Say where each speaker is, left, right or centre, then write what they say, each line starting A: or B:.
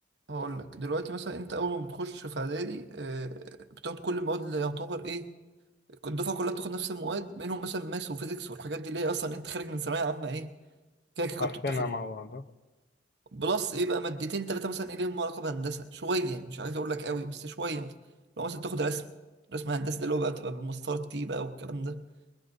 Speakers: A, on the right; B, on the left.
A: هقول لك دلوقتي مثلا انت اول ما بتخش في اعدادي آه، بتاخد كل المواد اللي يعتبر ايه الدفعة كلها بتاخد نفس المواد منهم مثلا ماس وفيزيكس والحاجات دي اللي هي اصلا انت خارج من ثانوية عامة ايه كده كده
B: عارفينها
A: كنت بتاخده
B: مع بعض
A: بلس ايه بقى مادتين ثلاثة مثلا ايه ليهم علاقة بهندسة شوية يعني مش عايز اقول لك قوي بس شوية مثلا لو مثلا تاخد رسم رسم هندسة اللي هو بقى بتبقى بالمسطرة تي بقى والكلام ده